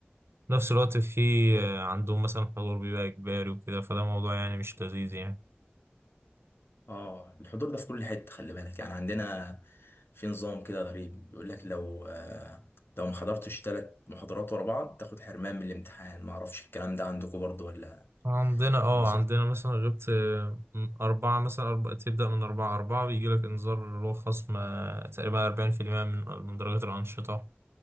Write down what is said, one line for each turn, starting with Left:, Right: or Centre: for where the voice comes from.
Right: في نفس الوقت في آه، عندهم مثلا حضور بيبقى إجباري وكده فده موضوع يعني مش لذيذ يعني
Left: اه الحضور ده في كل حتة خلي بالك يعني عندنا في نظام كده غريب بيقول لك لو آه لو ما حضرتش ثلاث محاضرات ورا بعض تاخد حرمان من الامتحان ما اعرفش الكلام ده عندكم برضه ولا
Right: عندنا اه
Left: ولا
Right: عندنا مثلا غبت آه، أربعة مثلا أربعة تبدأ من أربعة أربعة بيجي لك إنذار اللي هو خصم آه، تقريبا أربعين في المية من من درجات الأنشطة